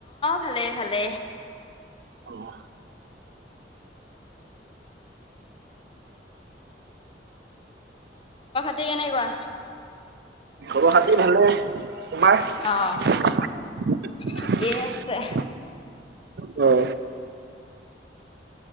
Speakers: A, on the left; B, on the right.
A: ভালে - ভালে।
B: অ',
A: এতিয়া কেনেকুৱা।
B: ঘৰ হাতে ভালে তোমাৰ
A: অ
B: অ',
A: ঠিকেই আছে।